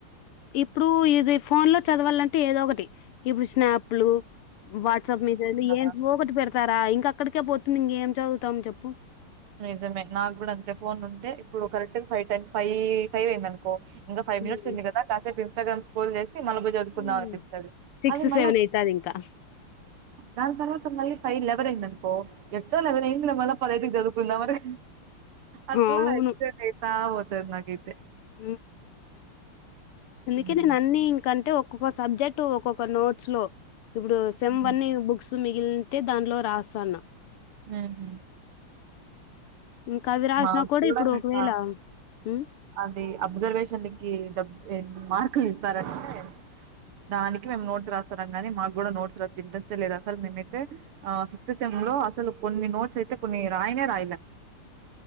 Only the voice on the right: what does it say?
ఆ
నిజమే నాకు కూడా అంతే ఫోన్ ఉంటే ఇప్పుడు correct five ten five five అయింది అనుకో ఇంకా ఫైవ్
మినిట్స్ ఉంది కదా ఇంస్టాగ్రామ్ స్ల్ మలబోయి చదువుకుందా
అనిపిస్తుంది
అది మళ్ళ
దాని తర్వాత మళ్ళ ఫై లెవెందినుకో ఎటో లెవ పది ఇంటికీచదువుకుంటాం చదువు కుందామని అట్లా
అ అయితా పోత ఉంటది నాకైతే
హ్మ్.
హ్మ్.
ఆహా
మా కూడా
ఇంకా
అది అబ్జర్వేషన్కి డబ్ మార్కులు ఇస్తారంటే దానికి మేము నోట్స్ రాస్తారా కాని మాకు కూడా నోట్స్ రాసి ఇంట్రెస్టే లేదు అసలు మేమైతే ఆ ఫిఫ్త్ సెమ్ లో అసలు కొన్ని నోట్స్ అయితే కొన్ని రాయనే రాయలే